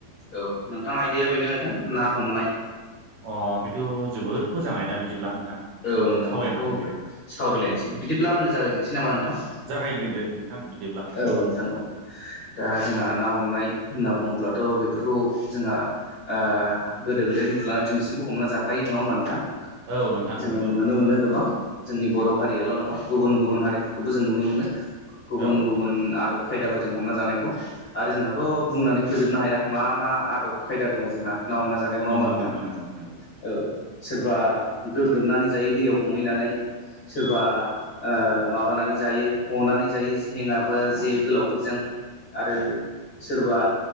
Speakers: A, on the left (about 35°); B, on the right (about 65°).
A: औ नोंथां आयदाया बेनो नोंथां ना हमनाय।
B: अ बेथ' जोबोद मोजाङै दा बिदिब्ला नोंथां।
A: औ नोंथां
B: सावरायनो
A: बेखौ
B: हागोन दे
A: सावरायलायनोसै बिदिब्ला आंनो जागायजेननोसै नामा नोंथां?
B: बिग्रोदो नोंथां बिदिब्ला। नोंनो
A: औ नोंथा औ दा जोंहा ना हमनाय होनना बुङोब्लाथ' बेफोरखौ जोंहा ओ गोदो गोदायनि थुला दिनैसिमबो हमना जाखायो नङा होमबा नोंथां
B: औ नोंथां
A: जोङो
B: नंगौ
A: नुनो मोनो गोबां। जोंनि बर' हारियाल' नङा गुबुन गुबुन हारिफोरखौबो जों नुनो मोनो गुबुन
B: औ
A: गुबुन आदब खायदाफोरजों हमना जानायखौ आरो जोंहाथ'
B: औ
A: बुंनानै फोजोबनो हाया मा मा आदब खायदा दङ जोंहा ना हमना जानायावनाव
B: नंगौ
A: मा नोंथां
B: नंगौ नंगौ
A: औ सोरबा गोग्रोमनानै जायो दैयाव हमहैनानै सोरबा ओ माबानानै जायो हनानै जायो हेङाबा जे गोलावफोरजों। आरो
B: औ
A: सोरबा